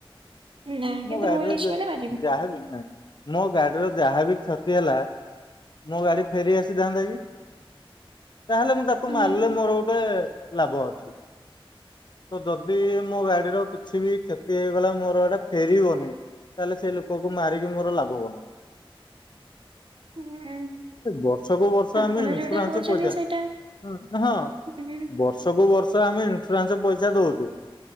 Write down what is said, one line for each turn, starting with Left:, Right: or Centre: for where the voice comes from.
Right: ନା କିନ୍ତୁ
Left: ମୋ ଗାଡିରେ
Right: ମୁଁ ଇଂଲିଶ ମାନେ ପାରିବି
Left: ଯାହାବି ନାଇଁ ମୋ ଗାଡିର ଯାହାବି କ୍ଷତି ହେଲା ମୋ ଗାଡି ଫେରି ଆସିଥାନ୍ତା କି। ତାହେଲେ ମୁଁ ତାକୁ ମାରିଲେ
Right: ନା
Left: ମୋର ଗୋଟେ ଲାଭ ଅଛି। ତ ଯଦି ମୋ ଗାଡିର କିଛି ବି କ୍ଷତି ହେଇଗଲା ମୋର ଏଇଟା ଫେରିବ ତାହେଲେ ସେ ଲୋକ କୁ ମାରିକି ମୋର ଲାଭ କଣ?
Right: ଉଁ
Left: ବର୍ଷକୁ ବର୍ଷ
Right: ଆପଣ
Left: ଆମେ ଇନ୍ସୁରାନ୍ସ
Right: ଯୋଉଟା କହୁଛନ୍ତି
Left: ପଇସା
Right: ସେଇଟା
Left: ହୁଁ ହଁ
Right: ଉଁ,
Left: ବର୍ଷକୁ ବର୍ଷ ଆମେ ଇନ୍ସୁରାନ୍ସ ପଇସା ଦଉଛୁ।